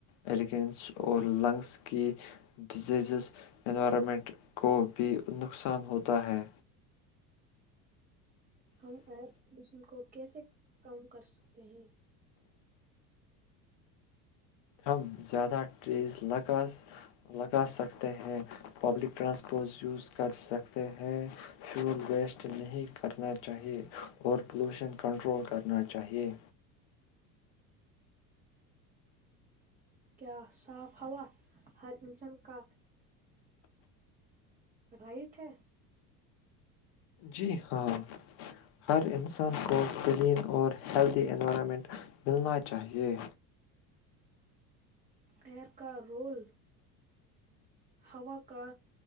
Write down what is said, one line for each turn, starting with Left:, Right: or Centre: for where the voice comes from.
Left: ایلیگنس اور لنگز کی ڈزیزز انوائرمنٹ کو بھی نقصان ہوتا ہے
Right: ہم آپ کو کیسے کم کر سکتے ہیں
Left: ہم زیادہ ریز لگا لگا سکتے ہیں پبلک ٹرانسپورٹ یوز کر سکتے ہیں فیول ویسٹ نہیں کرنا چاہیے اور پولوشن کنٹرول کرنا چاہیے
Right: کیا صاف ہا ہر انسان کپ رائٹ ہے
Left: جی ہاں ہر انسان کو کلین اور ہیلدی انوائرمنٹ ملنا چاہیے
Right: ایر کا رول ہوا کا